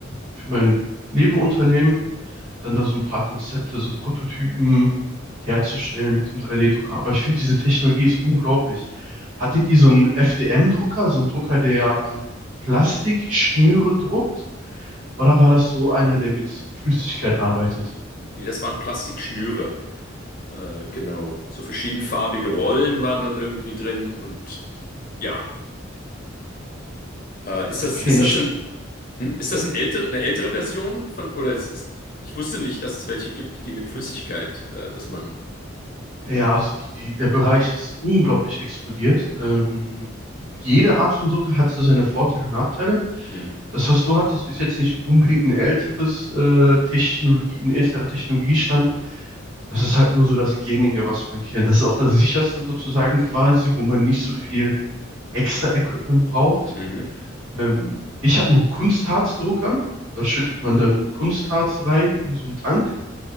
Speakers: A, on the right; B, on the left.
A: für mein Nebenunternehmen dann da so ein paar Konzepte, so Prototypen herzustellen mit dem 3D-Drucker. Aber ich finde, diese Technologie ist unglaublich. Hattet ihr so einen FDM-Drucker, so einen Drucker, der ähm, Plastikschnüre druckt? Oder war das so einer, der mit Flüssigkeit arbeitet?
B: Nee, das waren Plastikschnüre. Äh, genau. So verschiedenfarbige Rollen waren dann irgendwie drin und ja. Äh, ist das,
A: Kenne
B: ist das
A: ich.
B: denn, Hm? Ist das ein ältere, eine ältere Version von, oder ist, ist, ich wusste nicht, dass es welche gibt, die mit Flüssigkeit äh, das machen.
A: Ja, also die, die, der Bereich ist unglaublich explodiert. Ähm, jede Art von Drucker hat so seine Vorteile und Nachteile.
B: Hm.
A: Das, was du hattest, ist jetzt nicht unbedingt ein älteres äh, Technologie, ein älterer Technologiestand, Das ist halt nur so das Gängige, was man kennt. Das ist auch das sicherste sozusagen quasi, wo man nicht so viel extra Equipment braucht.
B: Mhm.
A: Ähm, ich habe einen Kunstharzdrucker. Da schüttet man dann Kunstharz rein in so einen Tank